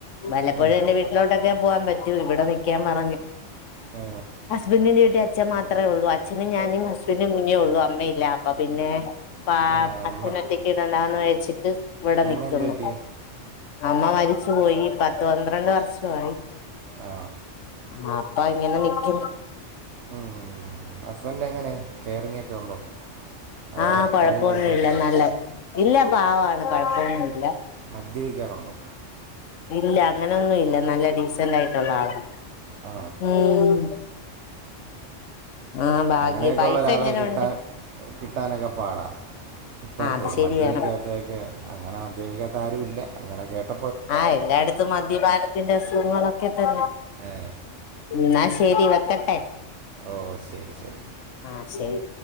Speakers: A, on the left (about 80°); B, on the right (about 70°).
A: വല്ലപ്പോഴും
B: ഉം.
A: എന്റെ വീട്ടിലോട്ടൊക്കെ പോ പറ്റു ഇവിടെ നീക്കാൻ പറഞ്ഞു
B: ആ,
A: ഹുസ്ബൻഡ് ന്റെ വീട്ടിൽ അച്ഛൻ മാത്രം ഒള്ളു അത്രേള്ളൂ അച്ഛനും ഞാനും ഹസ്ബൻഡും വി ഞ്ഞേയുള്ളൂ അമ്മയില്ലപ്പ പിന്നെ പ
B: ആ,
A: അച്ചനെ
B: അമ്മ
A: ഒറ്റക്ക് ഇടണ്ടാന്ന് വെച്ചിട്ട് ഇവിടെ
B: അമ്മ
A: നിക്കുന്നു
B: എന്ത് പറ്റി
A: അമ്മ മരിച്ചു പോയി പത്ത് പന്ത്രണ്ട് വർഷം അയി
B: ആ
A: ആ അപ്പ ഇങ്ങനെ നീക്കും
B: ഉ ഹസ്ബൻറ് എങ്ങനെ കെയറിങ്ങ ഒക്കെ ഉണ്ടോ അതോ
A: ആഹ കൊഴപ്പൊന്നും
B: അടിയും വഴക്കൊക്കെയാണോ
A: ഇല്ല നല്ല ഇല്ല പാവ കുഴപ്പമൊന്നുമ ഇില്ല
B: മദ്യപിക്കാറുണ്ടോ
A: ഇല്ല അങ്ങനെയൊന്നും ഇല്ല നല്ല ഡീസന്റ് ആയിട്ടുള്ള ആളാ
B: ആ
A: ഉം ആഹ് ഭാഗ്യ
B: അങ്ങനെയൊക്കെയുള്ള
A: വൈഫ്
B: ഒരാളെ
A: എങ്ങനെ
B: കിട്ടാൻ
A: ഉണ്ട്
B: കിട്ടാനൊക്കെ പാടാ ഇപ്പഴാത്തേക്ക്
A: ആ അത് ശരിയാണ്
B: മദ്യപിക്കാത്തേക്കെ അങ്ങനെ മദ്യപിക്കാ ആരുമില്ല അങ്ങനെ കേട്ട
A: ആഹ് എല്ലായിടത്തും മദ്യപാനത്തിന്റെ അസുഖങ്ങളൊക്കെ തന്നെ.
B: ഏ,
A: എന്നാ ശരി വെക്കട്ടെ
B: ഓഹ് ശെരി ശെരി
A: ആ ശരി